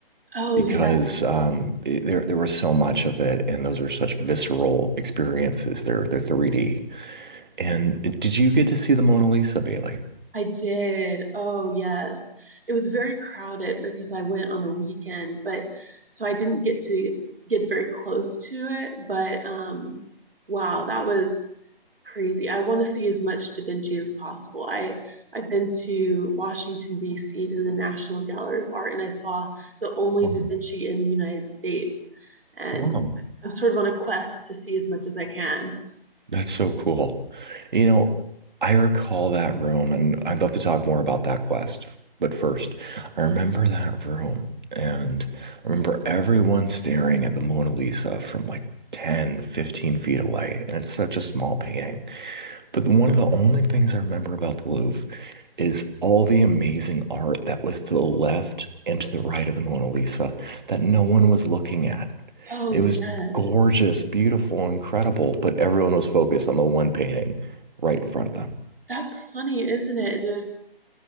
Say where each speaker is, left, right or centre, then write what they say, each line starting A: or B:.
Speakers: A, on the right; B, on the right.
A: Oh
B: because
A: yeah.
B: um, it- there there was so much of it, and those are such visceral experiences. They're they're 3D. And uh, did you get to see the Mona Lisa, Bailey?
A: I did. Oh, yes. It was very crowded because I went on a weekend, but so I didn't get to get very close to it. But um, wow, that was crazy. I want to see as much Da Vinci as possible. I I've been to Washington D.C. to the National Gallery of Art, and I saw the only
B: Wow.
A: Da Vinci in the United States, and
B: Wow.
A: I'm sort of on a quest to see as much as I can.
B: That's so cool. You know, I recall that room, and I'd love to talk more about that quest. But first, I remember that room, and I remember everyone staring at the Mona Lisa from like 10, 15 feet away. And it's such a small painting. But one of the only things I remember about the Louvre is all the amazing art that was to the left and to the right of the Mona Lisa that no one was looking at.
A: Oh,
B: It was
A: yes.
B: gorgeous, beautiful, incredible, but everyone was focused on the one painting right in front of them.
A: That's funny, isn't it? There's